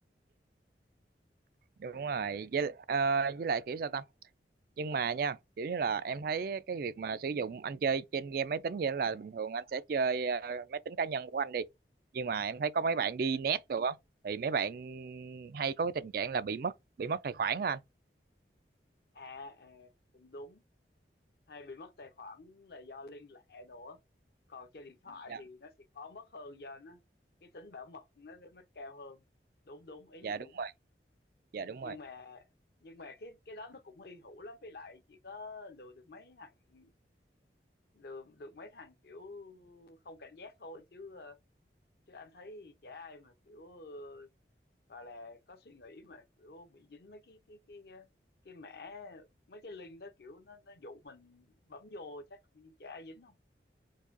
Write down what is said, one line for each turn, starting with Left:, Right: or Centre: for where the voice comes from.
Right: đúng rồi với ờ, với lại kiểu sao ta? nhưng mà nha kiểu như là em thấy cái việc mà sử dụng anh chơi trên game máy tính vậy là bình thường anh sẽ chơi ờ, máy tính cá nhân của anh đi nhưng mà em thấy có mấy
Left: ừ.
Right: bạn đi net rồi á thì mấy bạn hay có cái tình trạng là bị mất bị mất tài khoản á anh
Left: à à cũng đúng hay bị mất tài khoản là do liên lạc đồ á còn trên điện thoại
Right: dạ
Left: thì nó sẽ khó mất hơn do nó cái tính bảo mật nó nó cao hơn đúng đúng ý
Right: dạ
Left: này đúng
Right: đúng rồi dạ đúng
Left: nhưng
Right: rồi
Left: mà nhưng mà cái cái đó nó cũng hy hữu lắm với lại chỉ có lừa được mấy thằng lừa được mấy thằng kiểu không cảnh giác thôi chứ ờ, chứ anh thấy chả ai mà kiểu ờ, gọi là có suy nghĩ mà kiểu bị dính mấy cái cái cái cái, cái mẻ mấy cái link đó kiểu nó nó dụ mình bấm vô chắc chả ai dính không